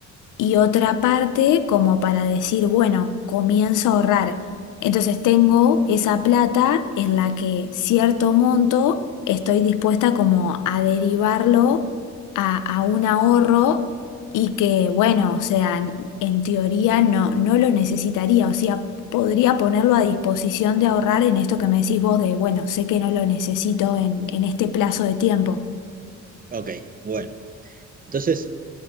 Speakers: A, on the left; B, on the right.
A: y otra parte como para decir, bueno, comienzo a ahorrar. Entonces tengo esa plata en la que cierto monto estoy dispuesta como a derivarlo a, a un ahorro y que, bueno, o sea, en en teoría no, no lo necesitaría, o sea, podría ponerlo a disposición de ahorrar en esto que me decís vos de, bueno, sé que no lo necesito en, en este plazo de tiempo.
B: Ok, bueno. Entonces,